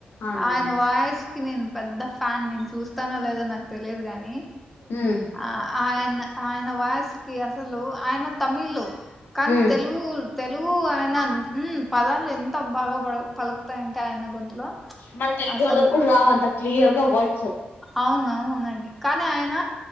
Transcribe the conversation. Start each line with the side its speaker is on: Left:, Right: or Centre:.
Left: అవునులేండి
Centre: ఆయన వాయిస్ కి నేను పెద్ద ఫ్యాన్ నేను చూస్తానో లేదో నాకు తెలియదు గాని
Left: హ్మ్
Centre: ఆ ఆయన్ న ఆయన వాయిస్ కి అసలు ఆయన తమిళ్ కానీ
Left: హ్మ్
Centre: తెలుగు తెలుగు ఆయన హ్ పద లు ఎంత బాగా బల్ పలుకుతాయంటే ఆయన గొంతులో
Left: మన తెలుగొల్లక్
Centre: అసలు
Left: గూడా రావంత క్లియర్ గా వాట్సప్
Centre: అవునవునునండి కానీ ఆయన